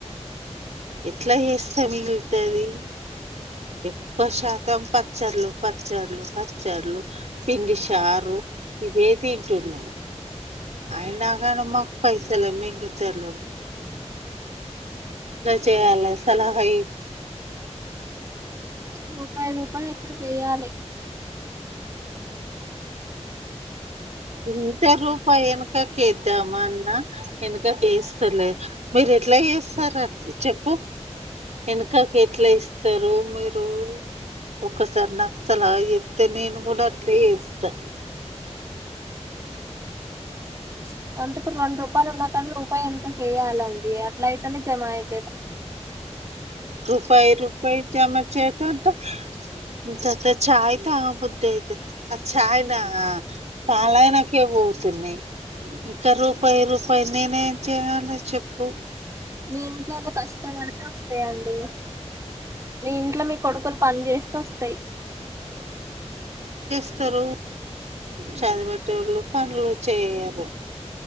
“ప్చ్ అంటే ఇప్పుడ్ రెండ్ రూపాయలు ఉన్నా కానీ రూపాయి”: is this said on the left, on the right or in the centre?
Right